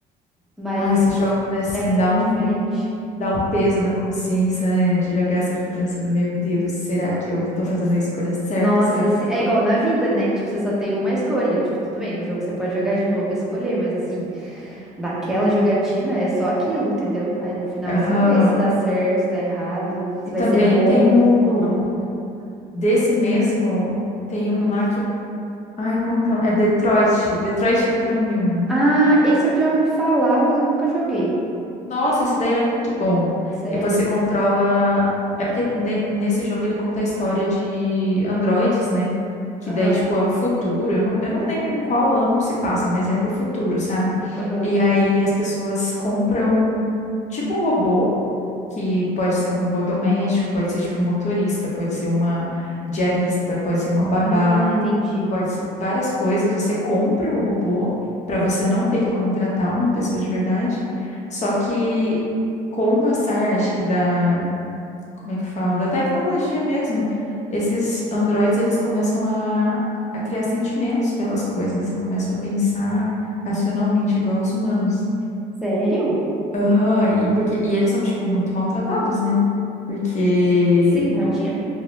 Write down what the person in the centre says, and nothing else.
Mas
é um pouco
diferente.
Nossa,
assim, é igual na vida, né? Tipo, você só tem uma escolha. Tipo, tudo bem, no jogo você pode jogar de novo e escolher, mas assim, naquela jogatina é só aquilo, entendeu? Aí no final
você vê se tá certo, se tá errado, se
vai
ser bom
ou não.
Hum.
Ah, esse eu já ouvi falar, mas eu nunca joguei.
Sério?
Aham,
aham.
Ah, entendi.
Sério?
Sim, imagina.